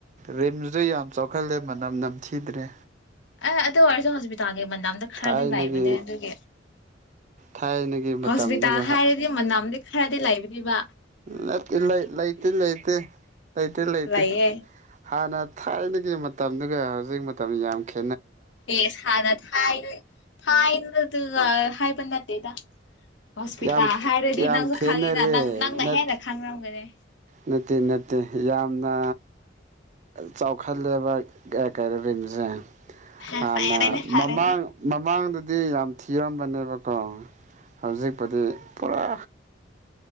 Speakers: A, on the right (about 40°); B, on the left (about 80°).
A: ꯔꯤꯝꯁ ꯁ ꯌꯥꯝ ꯆꯥꯎꯈꯠꯂꯦ ꯃꯅꯝ ꯅꯝꯊꯤꯗ꯭ꯔꯦ
B: ꯑꯦ ꯑꯗꯨ ꯑꯣꯏꯔꯁꯨ ꯍꯣꯁꯄꯤꯇꯥꯜꯒꯤ ꯃꯅꯥꯝꯗ ꯈꯔꯗꯤ
A: ꯊꯥꯏꯅꯒꯤ
B: ꯂꯩꯕꯅꯦ ꯑꯗꯨꯒꯤ
A: ꯊꯥꯏꯅꯒꯤ ꯃꯇꯝꯗꯨꯒ
B: ꯍꯣꯁꯄꯤꯇꯥꯜ ꯍꯥꯏꯔꯗꯤ ꯃꯅꯝ ꯈꯔꯗꯤ ꯂꯩꯕꯅꯤꯕ
A: ꯂꯩꯠꯇꯦ ꯂꯩ ꯂꯩꯇꯦ ꯂꯩꯇꯦ ꯂꯩꯇꯦ ꯂꯩꯇꯦ
B: ꯂꯩꯌꯦ
A: ꯍꯥꯟꯅ ꯊꯥꯏꯅꯒꯤ ꯃꯇꯝꯗꯨꯒ ꯍꯧꯖꯤꯛ ꯃꯇꯝ ꯌꯥꯝꯈꯤ
B: ꯍꯁ ꯍꯅ ꯍꯥꯏ ꯐ ꯑꯗꯨ ꯍꯥꯏ ꯇꯩꯗ ꯍꯣꯁꯄꯤꯇꯥꯜ
A: ꯌꯥꯝ
B: ꯍꯥꯏꯔꯗꯤ
A: ꯌꯥꯝ
B: ꯅꯪꯁꯨ
A: ꯈꯦꯠꯅꯔꯦ
B: ꯈꯪꯉꯤꯅ ꯅꯪꯅ
A: ꯅꯠ
B: ꯍꯦꯟꯅ ꯈꯪꯅꯔꯝꯒꯅꯦ
A: ꯅꯠꯇꯦ ꯅꯠꯇꯦ ꯌꯥꯝꯅ ꯆꯥꯎꯈꯠꯂꯦꯕ ꯀꯩꯗꯔꯤꯕꯁꯦ
B: ꯍꯥ
A: ꯍꯥꯟꯅ
B: ꯐꯔꯦꯅꯦ ꯐꯔꯦꯅꯦ
A: ꯃꯃꯥꯡ ꯃꯃꯥꯡꯗ ꯗꯤ ꯌꯥꯝ ꯊꯤꯔꯝꯕꯅꯦꯕꯀꯣ ꯍꯧꯖꯤꯛꯄꯨꯗꯤ ꯄꯨꯔꯥ